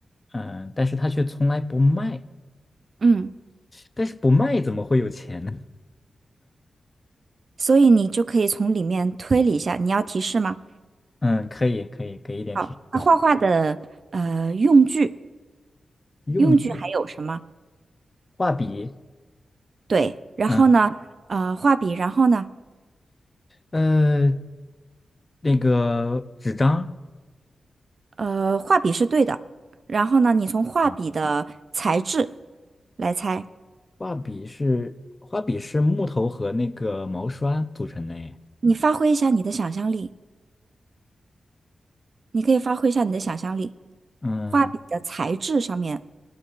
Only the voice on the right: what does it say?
嗯，
所以你就可以从里面推理一下。你要提示吗？
好，它画画的呃用具，
用具还有什么？
对，然后呢，
呃，画笔，然后呢，
呃，画笔是对的，然后呢，你从画笔的材质
来猜。
你发挥一下你的想象力，你可以发挥一下你的想象力，
画笔的材质上面